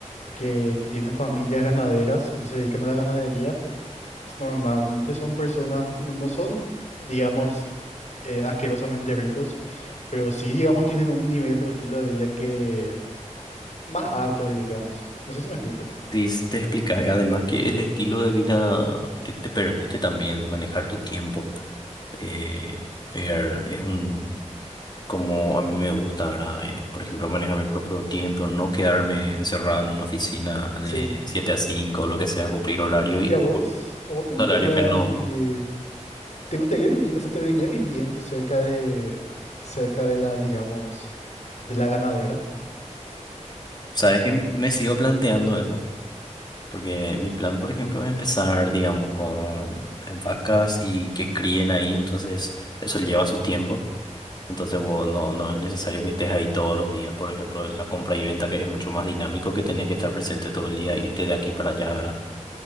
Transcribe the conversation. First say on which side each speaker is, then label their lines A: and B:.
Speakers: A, on the left (about 65°); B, on the left (about 35°).
A: que tienen familias ganaderas o que se dedican a la ganadería, pues, Normalmente son personas, no, no son, digamos, eh, asquerosamente ricos, pero sí, digamos, tienen un nivel o estilo de vida que más alto, digamos. No sé si me explico.
B: Sí, s- te explica, eh, además que el estilo de vida te, te permite también manejar tu tiempo. Eh, ver, es un como a mí me gusta, ¿verdad? Eh, por ejemplo, manejar mi propio tiempo, no quedarme encerrado en una oficina de
A: Sí.
B: 7 a 5, o lo que sea, cumplir horario y
A: ¿Y a vos? ¿A vos te gustaría
B: salario que no.
A: vivir? ¿Te gustaría vivir? O sea, ¿te verías viviendo cerca de, cerca de la, digamos, de la ganadera?
B: ¿Sabes que Me sigo planteando eso, porque mi plan, por ejemplo, es empezar, digamos, con eh, vacas y que críen ahí, entonces eso lleva su tiempo. Entonces, vos no, no es necesario que estés ahí todos los días. Por ejemplo, en la compra y venta, que es mucho más dinámico, que tenés que estar presente todo el día, irte de aquí para allá, ¿verdad?